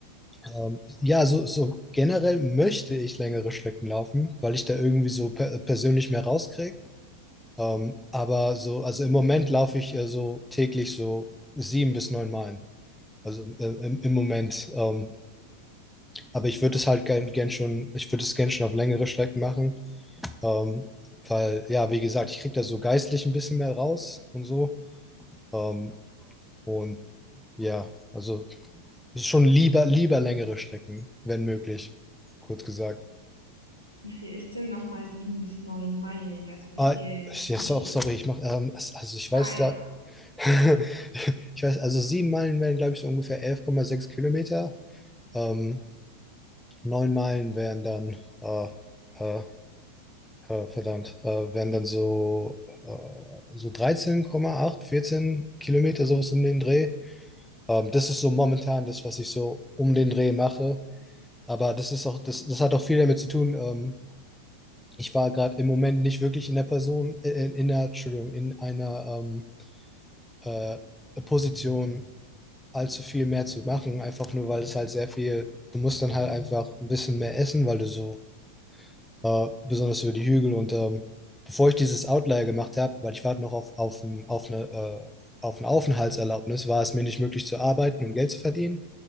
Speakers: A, in the centre; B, on the left.
A: Ähm, ja, so, so generell möchte ich längere Strecken laufen, weil ich da irgendwie so per persönlich mehr rauskriege. Ähm, aber so, also im Moment laufe ich äh, so täglich so sieben bis neun Meilen. Also äh, im, im Moment. Ähm, aber ich würde es halt gern, gern schon, ich würde es gern schon auf längere Strecken machen. Ähm, weil, ja, wie gesagt, ich kriege da so geistlich ein bisschen mehr raus und so. Ähm, und ja, also schon lieber, lieber längere Strecken, wenn möglich, kurz gesagt.
B: Wie viel ist denn noch mal 7 bis 9 Meilen? Also, wie
A: Ah,
B: viel
A: ich- jetzt
B: wie viel
A: auch, sorry,
B: ist
A: ich mache, ähm, es- also ich weiß
B: Zeit?
A: da, <laughs> ich weiß, also sieben Meilen wären, glaube ich, so ungefähr elf Komma sechs Kilometer. Ähm, neun Meilen wären dann, äh, äh, äh, verdammt, äh, wären dann so, äh, so dreizehn Komma acht vierzehn Kilometer, sowas um den Dreh. Ähm, das ist so momentan das, was ich so um den Dreh mache. Aber das ist auch, das, das hat auch viel damit zu tun. Ähm, ich war gerade im Moment nicht wirklich in der Person, äh, in, in der, Entschuldigung, in einer, ähm, äh, Position allzu viel mehr zu machen, einfach nur weil es halt sehr viel, du musst dann halt einfach ein bisschen mehr essen, weil du so, äh, besonders über die Hügel und ähm, bevor ich dieses Outlier gemacht habe, weil ich warte noch auf, auf, ein- auf eine äh, auf eine Aufenthaltserlaubnis war es mir nicht möglich zu arbeiten und Geld zu verdienen.